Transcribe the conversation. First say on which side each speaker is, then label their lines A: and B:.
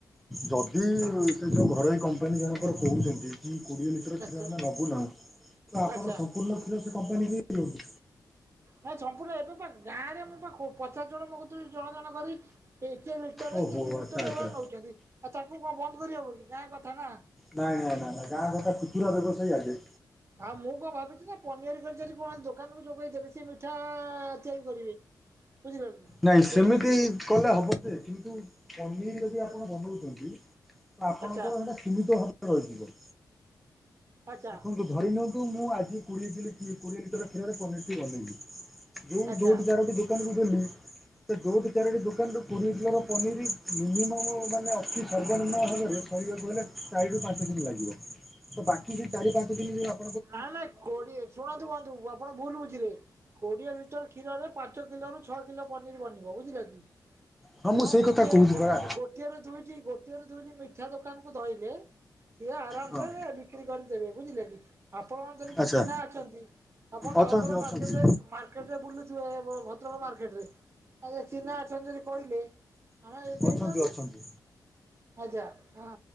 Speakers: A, in the centre; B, on the right.
A: ଯଦି ସେ ଯୋଉ ଘରୋଇ କମ୍ପାନୀ ଜଣକର କହୁଛନ୍ତି। କୋଡିଏ ଲିଟର କ୍ଷୀର
B: ଆଚ୍ଛା
A: ଆମେ ନବୁନାହୁଁ। ତ ଆପଣ
B: ଆଚ୍ଛା
A: ସମ୍ପୂର୍ଣ୍ଣ କ୍ଷୀର ସେ କମ୍ପାନୀ କି ଦେଇଦିଅନ୍ତୁ
B: ନା ସମ୍ପୂର୍ଣ ଏବେ କୁଆଡୁ। ଗାଁରେ ମୁଁ ପା ପଚାଶ ଜଣ ମୋ କତିରୁ ଜଣ ଜଣ କରି କିଏ ଲିଟରେ
A: ଓହୋ
B: କିଏ ଦି ଲିଟର
A: ଆଚ୍ଛା ଆଚ୍ଛା
B: ଏଇଭଳିଆ ନେଉଛନ୍ତି, ଆଉ ତାଙ୍କୁ କଣ ବନ୍ଦ କରିହବ କି ଗାଁ କଥା ନା।
A: ନାଇଁ ନାଇଁ ନା ନା ଗାଁ କଥା ଖୁଚୁରା ବ୍ୟବସାୟୀ ଆଗେ।
B: ଆଉ ମୁଁ କଣ ଭାବିଛି ନା ପନିର କରି ଯଦି କୌଣସି ଦୋକାନକୁ ଯୋଗେଇ ଦେବେ ସେ ମିଠା ତିଆରି କରିବେ। ବୁଝିଲ କି?
A: ନାଇଁ ସେମିତି
B: କି
A: କଲେ ହବ ଯେ କିନ୍ତୁ ପନିର ଯଦି ଆପଣ ବନଉଛନ୍ତି ତ ଆପଣଙ୍କର
B: ଆଚ୍ଛା
A: ସେଇଟା ସୀମିତ ଭାବରେ ରହିଯିବ।
B: ଆଚ୍ଛା
A: ଦେଖନ୍ତୁ ଧରି ନିଅନ୍ତୁ ମୁଁ ଆଜି କୋଡିଏ କିଲୋ କୋଡ଼ିଏ ଲିଟର କ୍ଷୀରରେ ପନିରଟି ବନେଇଲି। ଯୋଉଠି
B: ଆଚ୍ଛା
A: ଯୋଉଠି ଚାରଟି ଦୋକାନକୁ ଦେଲି। ତ ହୁଇଟି ଚାରୋଟି ଦୋକାନରୁ କୋଡ଼ିଏ କିଲୋର ପନିର ମିନିମମ୍ ମାନେ ଅଛି ସର୍ବନିମ୍ନ ଭାବରେ କହିବାକୁ ହେଲେ ଚାରି ରୁ ପାଞ୍ଚ କିଲି ଲାଗିବ ତ ବାକି ଯଉ ଚାରି ପାଞ୍ଚ କିଲି <unintelligible>
B: ନାଇଁ ନାଇଁ କୋଡିଏ ଶୁଣନ୍ତୁ ବନ୍ଧୁ ଆପଣ ଭୁଲ ବୁଝିଲେ କୋଡିଏ ଲିଟର କ୍ଷୀରରେ ପାଞ୍ଚ କିଲୋ ରୁ ଛଅ କିଲୋ ପନିର ବନିବ ବୁଝିଲ କି
A: ହଁ
B: ତେଣୁ
A: ମୁଁ ସେଇ
B: ଗୋଟିଏ
A: କଥା କହୁଛି
B: ଗୋଟିଏ
A: ପରା।
B: ଗୋଟି ଗୋଟିଏରୁ ଦୁଇଟି ଗୋଟିଏରୁ ଦୁଇଟି ମିଠା ଦୋକାନ କୁ ଧଇଲେ ସିଏ ଆରାମ
A: ହଁ
B: ସେ ବିକି ବିକ୍ରି କରିଦବେ ବୁଝିଲେ କି ଆପଣଙ୍କ ଯଦି କିଏ
A: ଆଚ୍ଛା
B: ଚିହ୍ନା ଅଛନ୍ତି ଆପଣ
A: ଅଛନ୍ତି
B: ଅପାଙ୍କ
A: ଅଛନ୍ତି
B: ମାର୍କେଟ ରେ ମାର କେଟ ରେ ବୁଲୁଥିବେ ଭଦ୍ରକ ମାର୍କେଟ ରେ ଆଉ ଜେ ଚିହ୍ନା ଅଛନ୍ତି ଯଦି କହିଲେ ଆମେ ଯଦି
A: ହୁଁ
B: ଦେଇଦିଅନ୍ତୁ
A: ଅଛନ୍ତି ଅଛନ୍ତି।
B: ଆଛା ହାଁ